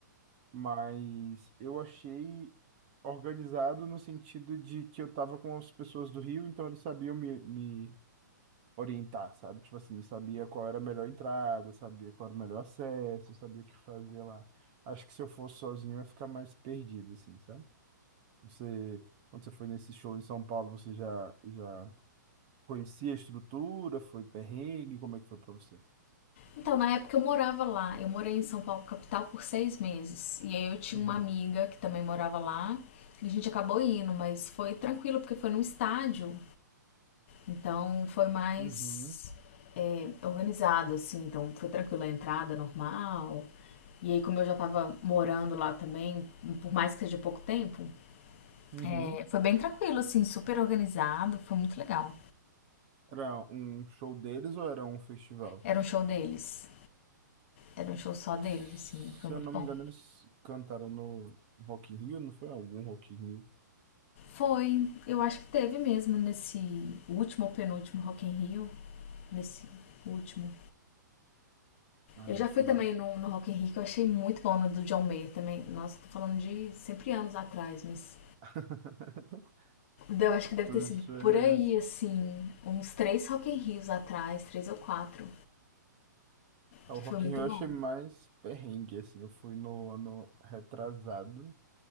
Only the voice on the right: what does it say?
mas eu achei organizado no sentido de que eu tava com as pessoas do Rio, então eles sabiam me, me orientar, sabe? Tipo assim, sabia qual era a melhor entrada, sabia qual era o melhor acesso, sabia o que fazer lá. Acho que se eu fosse sozinho eu ia ficar mais perdido, assim, sabe? Você, quando você foi nesse show em São Paulo, você já, já conhecia a estrutura, foi perrengue, como é que foi pra você?
Uhum.
Uhum.
Uhum.
Era um show deles ou era um festival?
Se
eu não
me engano, eles cantaram no Rock in Rio, não foi algum Rock in Rio?
Ah,
acho
massa.
<laughs>
Essas experiências.
Ah,
O Rock
in Rio eu
achei mais perrengue, assim. Eu fui no ano retrasado,